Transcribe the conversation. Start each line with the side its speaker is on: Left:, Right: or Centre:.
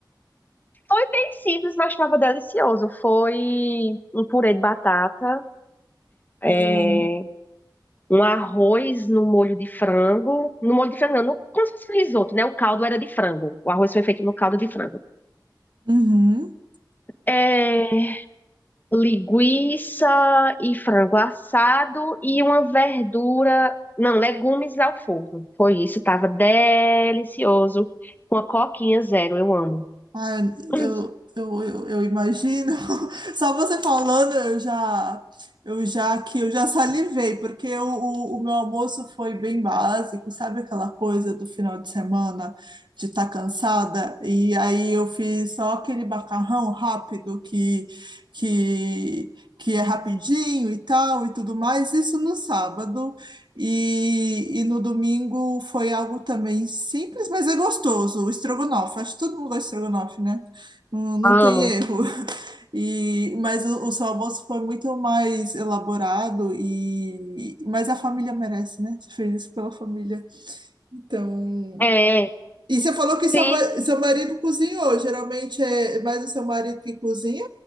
Left: Foi bem simples, mas estava delicioso. Foi um purê de batata, é,
Right: Ah, eu amo.
Left: um arroz no molho de frango. No molho de frango, não, no- como se fosse um risoto, né? O caldo era de frango. O arroz foi feito no caldo de frango.
Right: Uhum.
Left: É, linguiça e frango assado e uma verdura. Não, legumes ao forno. Foi isso, tava delicioso. Com a coquinha zero, eu amo. <clears throat>
Right: Ai,
Left: Hum,
Right: eu, eu, eu, eu imagino. <laughs> Só você falando, eu já, eu já aqui, eu já salivei, porque o, o, o meu almoço foi bem básico, sabe aquela coisa do final de semana de estar cansada? E aí eu fiz só aquele macarrão rápido que, que, que é rapidinho e tal e tudo mais, isso no sábado. E, e no domingo foi algo também simples, mas é gostoso, o estrogonofe. Acho que todo mundo gosta de estrogonofe, né? Não, não
Left: Amo.
Right: tem erro. <laughs> E, mas o, o seu almoço foi muito mais elaborado e mas a família merece, né? Você fez isso pela família. Então,
Left: É,
Right: e você falou que seu,
Left: sim,
Right: ma- seu marido cozinhou. Geralmente é mais o seu marido que cozinha